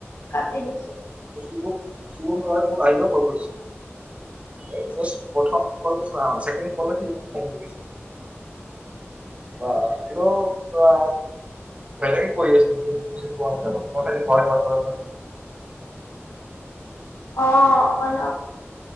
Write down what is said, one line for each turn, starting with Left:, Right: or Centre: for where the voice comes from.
Left: কাটি দিছো।
Right: শুভম ৰয় মোক আইজিও কল কৰিছিল প্ৰথম কলে ছেকেণ্ড কল ও মোক পোন কৰিছে। অ <unintelligible> বেলেগে কৰি আছে মই একো বুজি পোৱা নাই মই খালি হয় হয় হয়।
Left: অ অলপ